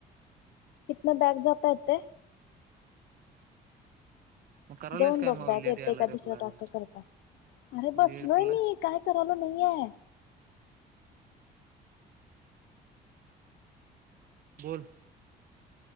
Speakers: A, on the left; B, on the right.
A: इतन बॅग जात येतंय.
B: मग करायलास
A: जाऊन
B: काय
A: बघ
B: मग
A: बॅक
B: लेट
A: येते
B: यायला
A: का
B: रिप्लायला
A: दुसरा टास्क करता. अरे
B: जे
A: बसलोय
B: रिप्लाय
A: मी काय करायलो नाहीेये.
B: बोल.